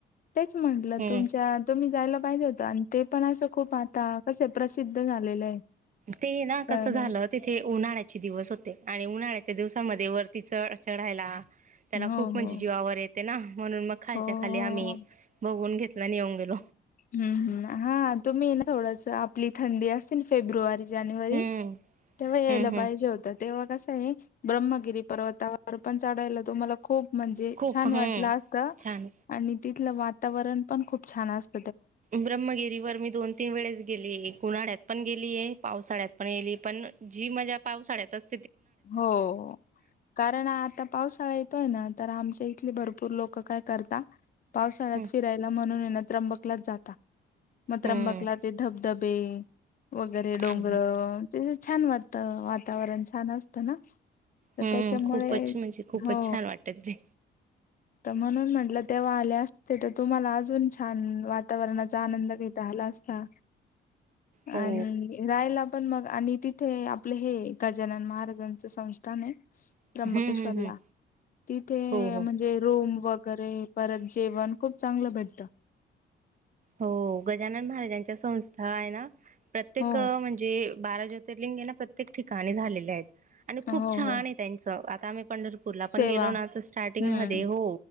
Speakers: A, on the left; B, on the right.
A: तेच म्हटलं
B: हम्म.
A: तुमच्या तुम्ही जायला पाहिजे होतं आणि ते. पण असं खूप आता कसं प्र सिद्ध झालेलं आहे.
B: ते ना कसं
A: तर
B: झालं तिथे उन्हाळ्याचे दिवस हो- आणि उन्हाळ्याच्या दिवसामध्ये वरती चढ चढायला त्याला
A: हो
B: खूप म्हणजे
A: हो
B: जीवावर येत ते ना म्हणून मग खालच्या
A: हो हो
B: खाली आम्ही बघून घेत नाही नाहीवंगेल
A: हम् हम्म हा तुम्ही ना थोडस आपली थंडी असते ना फेब्रुवारी जानेवारी
B: हम्म
A: तेव्हा यायला
B: हम्म हम्म
A: पाहिजे होत तेव्हा कस ब्रह्मगिरी पर्वतावर पण चढायला तुम्हाला खूप म्हणजे
B: खूप
A: छान
B: हम्म
A: वाटलं असत
B: छान
A: आणि तिथलं वातावरण पण खूप छान असत
B: ब्रह्मगिरी वर मी दोन तीन वेळेच गेली उन्हाळ्यात पण गेलीय पावसाळ्यात पण गेली पण जी मजा पावसाळ्यातच
A: हो कारण आता पावसाळा येतोय ना तर आमच्या इथले भरपूर लोक काय करत पावसाळ्यात
B: हम्म
A: फिरायला म्हणून ये त्रंबकलाच जाता म त्रंबकला
B: हम्म
A: ते धब- दबे. वगैरे डोंगर
B: हम्म
A: ते छान वाटतं वातावरण छान असत. ता ना? तर
B: हम्म
A: त्याच्यामुळे
B: खूपच म्हणजे खूपच
A: हो
B: छान वाटत ते.
A: तर म्हणून म्हटलं तेव्हा आले असते तर तुम्हाला अजून छान वातावरणाचा आनंद घता आला असता.
B: हो
A: आणि रायला पण मग आणि तिथे आपलं हे गजानन महाराजांचं संस्थान आहे. त्र्यंबकेश्वरला
B: हम्म हम्म हम्म
A: तिथे
B: हो हो
A: म्हणजे वगैरे परत जेवण खूप चांगलं भेटत.
B: हो गजानन महाराजांच्या संस्था आहे ना? प्रत्येक
A: हो
B: म्हणजे बारा ज्योतिर्लिंग हे नाना प्रत्येक ठिकाणी झालेले आहेत. आणि खूप
A: हो
B: छान
A: हो
B: आहे त्यांच आता आम्ही पंढरपूरला
A: सेवा
B: पण गेलो ना तर स्टार्टिंग
A: हम्म
B: मध्ये हो.